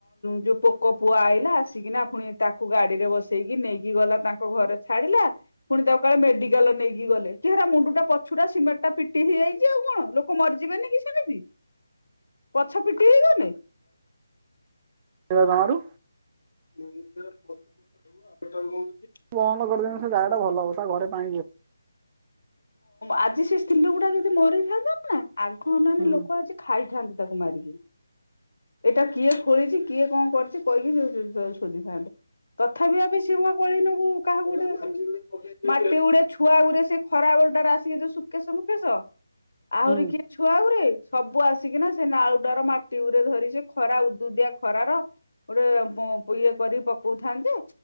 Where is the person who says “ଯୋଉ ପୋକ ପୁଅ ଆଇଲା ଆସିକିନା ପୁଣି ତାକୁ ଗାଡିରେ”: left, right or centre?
Left